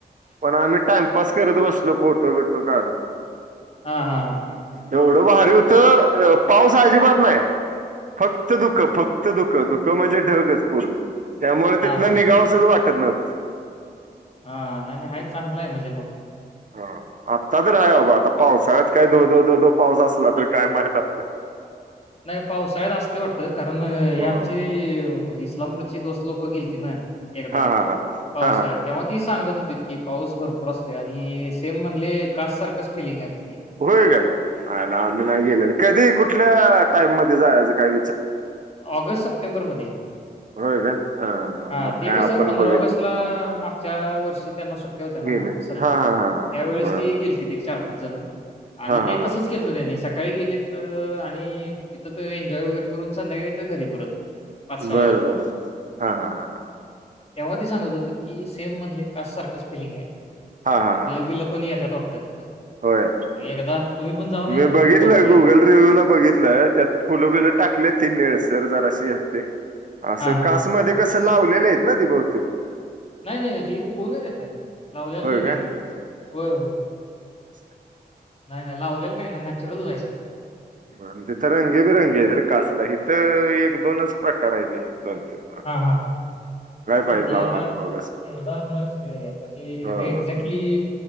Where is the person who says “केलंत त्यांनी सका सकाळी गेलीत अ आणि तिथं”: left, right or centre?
Left